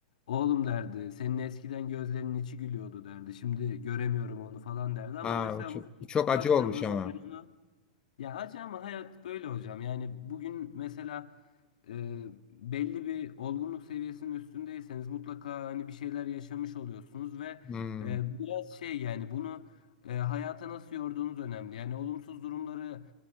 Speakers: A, on the left (about 75°); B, on the left (about 20°).
A: Oğlum derdi senin eskiden gözlerinin içi gülüyordu derdi. Şimdi göremiyorum onu falan derdi ama
B: Aa,
A: mesela
B: bu çok,
A: bu fotoğrafa
B: bu çok acı
A: baktığım
B: olmuş
A: zaman
B: ama.
A: ben onu ya acı ama hayat böyle hocam. Yani bugün mesela e, belli bir olgunluk seviyesinin üstündeyseniz mutlaka hani bir şeyler yaşamış oluyorsunuz ve
B: Hmm.
A: e, biraz şey yani bunu e, hayata nasıl yorduğunuz önemli. Yani olumsuz durumları